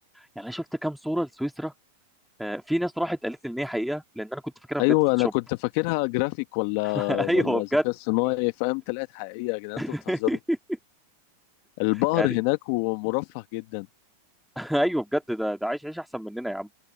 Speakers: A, in the centre; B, on the left (about 55°).
A: يعني انا شفت كام صوره لسويسرا آه، في ناس راحت قالت لي ان هي حقيقه لان انا كنت فاكرها بجد
B: ايوه
A: فوتوشوب
B: انا كنت فاكرها جرافيك ولا
A: <laughs>
B: ولا
A: ايوه بجد
B: ذكاء صناعي فاهم طلعت حقيقيه يا جدعان
A: <laughs>
B: انتوا بتهزروا البقر
A: يعني
B: هناك ومرفه جدا
A: <laughs> ايوه بجد ده ده عايش عيش احسن مننا يا عم